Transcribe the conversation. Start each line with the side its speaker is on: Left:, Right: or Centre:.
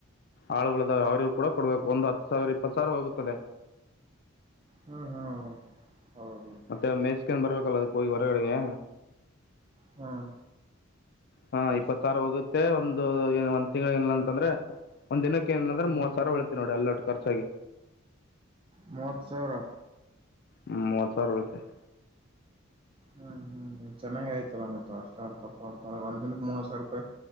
Left: ಆಳುಗಳಿದಾವೆ ಅವ್ರಿಗ್ ಕೂಡ ಕೊಡ್ಬೇಕು ಒಂದು ಹತ್ತು ಸಾವಿರ ಇಪ್ಪತ್ತು ಸಾವಿರ ಹೋಗುತ್ತದೆ
Right: ಹ್ಮ್ ಹ್ಮ್ ಹೌದ
Left: ಮತ್ತೆ ಮೇಸ್ಕ್ಯಾಂದ್ ಬರ್ಬೇಕಲ್ಲ ಅದಕ್ ಹೋಗಿ ಹೊರಗಡೆಗೆ
Right: ಹ್ಮ್
Left: ಹಾ
Right: ಎಷ್ಟ್
Left: ಇಪ್ಪತ್ ಸಾವಿರ ಹೋಗುತ್ತ ಏ ಒಂದು ಏನ್ ಒಂದ ತಿಂಗಳಾಗ್ ಏನಿಲ್ಲ ಅಂತಂದ್ರೆ ಒಂದ ದಿನಕ್ಕೆ ಏನಂದ್ರೆ
Right: ಹ್ಮ್
Left: ಮೂವತ್ ಸಾವಿರ ಉಳಿತಿ ನೋಡ್ ಎಲ್ಲಡ್ ಖರ್ಚಾಗಿ
Right: ಮೂವತ್ತು ಸಾವಿರ
Left: ಹ್ಮ್ ಮೂವತ್ ಸಾವಿರ <unintelligible>
Right: ಹ್ಮ್ ಹ್ಮ್ ಚೆನ್ನಾಗ ಆಯ್ತಲ್ಲ ಮತ್ತ ಅಷ್ಟ ಅಂತಪ್ಪ ಅಂತಂದ್ರೆ ಒಂದ್ ದಿನಕ್ ಮೂವತ್ ಸಾವಿರ ರೂಪಾಯಿ